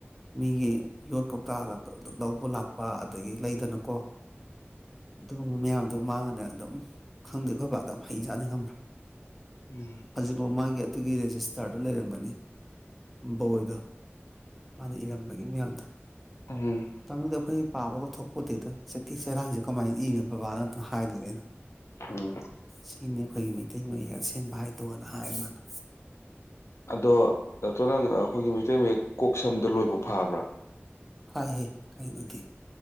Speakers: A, in the centre; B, on the left (about 80°).
A: ꯃꯤꯒꯤ ꯌꯣꯠ ꯀꯧꯇꯥꯥꯛꯑꯒ ꯂꯧꯕ ꯂꯥꯛꯄ ꯑꯗꯒꯤ ꯂꯩꯗꯅ ꯀꯨ ꯑꯗꯨꯒꯨꯝꯕ ꯃꯌꯥꯝ ꯑꯗꯨ ꯃꯥꯅꯅꯦ ꯑꯗꯨꯝ ꯈꯪꯗꯦ ꯑꯩꯈꯣꯏ ꯄꯕꯥ ꯑꯗꯨꯝ ꯍꯩꯖꯥꯅꯤ ꯉꯝꯕ꯭ꯔꯥ
B: ꯎꯝ ꯎꯝ
A: ꯍꯧꯖꯤꯛꯐꯥꯎ ꯃꯥꯒꯤ ꯑꯗꯨꯒꯤ ꯔꯦꯖꯤꯁ ꯆꯥꯔꯗꯨꯣ ꯂꯩꯔꯝꯒꯅꯤ ꯕꯣꯏꯗꯣ ꯃꯥꯅ ꯏꯔꯝꯕꯒꯤ ꯃꯌꯥꯝꯗ
B: ꯎꯝ
A: ꯃꯇꯝ ꯃꯇꯝꯗꯨꯗꯤ ꯑꯩꯈꯣꯏ ꯄꯥꯕꯒꯣ ꯊꯛꯀꯣ ꯇꯦ ꯆꯊꯤ ꯆꯩꯔꯥꯡꯁꯦ ꯀꯃꯥꯏꯅ ꯏꯔꯤꯅꯣ ꯕꯕꯥꯅ ꯑꯝꯇꯪ ꯍꯥꯏꯗꯣꯏꯒꯦꯅ
B: ꯎꯝ
A: ꯁꯤꯅꯤ ꯑꯩꯈꯣꯏꯒꯤ ꯃꯩꯇꯩ ꯃꯌꯦꯛ ꯑꯁꯦꯡꯕ ꯍꯥꯏꯗꯣꯅ ꯍꯥꯏ ꯃꯥꯅ
B: ꯑꯗꯣ ꯗꯥꯛꯇꯔ ꯅꯪ ꯑꯩꯈꯣꯏꯒꯤ ꯃꯩꯇꯩ ꯃꯌꯦꯛ ꯀꯣꯛ ꯁꯝꯗ ꯂꯣꯏꯕ ꯐꯕ꯭ꯔꯥ
A: ꯍꯥꯏ ꯍꯦ ꯀꯥꯏ ꯅꯤ